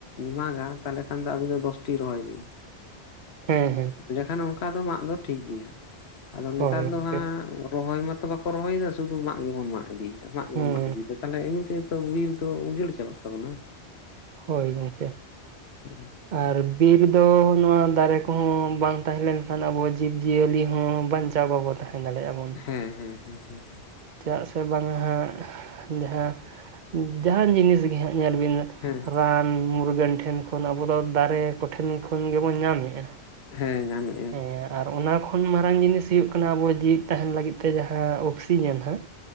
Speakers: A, on the left; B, on the right.
A: ᱢᱟᱜᱟ ᱛᱟᱦᱞᱮ ᱠᱷᱟᱱ ᱫᱚ ᱟᱵᱤᱱ ᱫᱚ ᱫᱚᱥ ᱴᱤ ᱨᱚᱦᱚᱭ ᱵᱤᱱ᱾
B: ᱦᱮᱸ ᱦᱮᱸ᱾
A: ᱮᱸᱰᱮ ᱠᱷᱟᱱ ᱚᱝᱠᱟ ᱫᱚ ᱢᱟᱜ ᱫᱚ ᱴᱷᱤᱠ ᱜᱮᱭᱟ ᱟᱫᱚ
B: ᱦᱳᱭ
A: ᱱᱮᱛᱟᱨ
B: ᱜᱚᱝᱠᱮ
A: ᱫᱚ ᱦᱟᱸᱜ ᱨᱚᱦᱚᱭ ᱢᱟᱛᱚ ᱵᱟᱠᱚ ᱨᱚᱦᱚᱭᱮᱫᱟ ᱥᱩᱫᱩ ᱢᱟᱜ ᱜᱮᱵᱚᱱ ᱢᱟᱜ ᱤᱫᱤᱭᱮᱫᱟ ᱢᱟᱜ ᱜᱮᱵᱚᱱ
B: ᱦᱮᱸ
A: ᱢᱟᱜ ᱤᱫᱤᱭᱮᱫᱟ᱾ ᱛᱟᱦᱞᱮ ᱮᱢᱱᱤ ᱛᱮᱫᱚ ᱵᱤᱨ ᱫᱚ ᱩᱡᱟᱹᱲ ᱪᱟᱵᱟᱜ ᱛᱟᱵᱚᱱᱟ᱾
B: ᱦᱚᱭ ᱜᱚᱝᱠᱮ᱾
A: <unintelligible>
B: ᱟᱨ ᱵᱤᱨ ᱫᱚ ᱱᱚᱣᱟ ᱫᱟᱨᱮ ᱠᱚᱦᱚᱸ ᱵᱟᱝ ᱛᱟᱦᱮᱸ ᱞᱮᱱ ᱠᱷᱟᱱ ᱟᱵᱚ ᱡᱤᱵᱽᱼᱡᱤᱭᱟᱹᱞᱤ ᱦᱚᱸ ᱵᱟᱧ ᱪᱟᱣ ᱵᱟᱵᱚᱱ ᱛᱟᱦᱮᱸ ᱫᱟᱲᱮᱭᱟᱜᱼᱟ᱾ ᱵᱚᱱ
A: ᱦᱮᱸ ᱦᱮᱸ ᱦᱮᱸ ᱦᱮᱸ ᱦᱮᱸ᱾
B: ᱪᱮᱫᱟᱜ ᱥᱮ ᱵᱟᱝᱼᱟ ᱦᱟᱸᱜ ᱡᱟᱦᱟᱸ ᱡᱟᱦᱟᱱ ᱡᱤᱱᱤᱥ ᱜᱮ ᱦᱟᱸᱜ ᱧᱮᱞ ᱵᱤᱱ ᱱᱟᱜ᱾
A: ᱦᱮᱸ
B: ᱨᱟᱱ ᱢᱩᱨᱜᱟᱹᱱ ᱴᱷᱮᱱ ᱠᱷᱚᱱ ᱟᱵᱚ ᱫᱚ ᱫᱟᱨᱮ ᱠᱚᱴᱷᱮᱱ ᱠᱷᱚᱱ ᱜᱮᱵᱚᱱ ᱧᱟᱢᱮᱜᱼᱟ᱾
A: ᱦᱮᱸ ᱧᱟᱢᱮᱜ᱾
B: ᱦᱮᱸ ᱟᱨ ᱚᱱᱟ ᱠᱷᱚᱱ ᱢᱟ ᱢᱟᱨᱟᱝ ᱡᱤᱱᱤᱥ ᱦᱩᱭᱩᱜ ᱠᱟᱱᱟ ᱟᱵᱚ ᱡᱤᱣᱮᱫ ᱛᱟᱦᱮᱱ ᱞᱟᱹᱜᱤᱫ ᱛᱮ ᱡᱟᱦᱟᱸ ᱩᱠᱥᱤᱡᱮᱱ ᱦᱟᱸᱜ